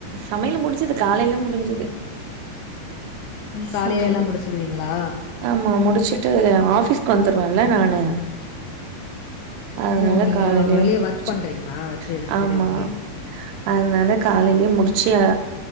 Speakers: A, on the right; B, on the left.
A: சமையலு முடுஞ்சுது காலைல முடுஞ்சது
B: ம் காலையே
A: சமையல்
B: எல்லா முடுச்சுருவிங்களா
A: ஆமா முடுச்சுட்டு ஆஃபீஸ்க்கு வந்துருவல்ல நானு அதுனால
B: ஓ நீங்க
A: காலைலே
B: வெளிய
A: முடுஞ்சு
B: ஒர்க் பண்றீங்களா சேரி சேரி
A: ஆமா
B: ஓகே
A: அதுனால காலைலே முடுச்சு அ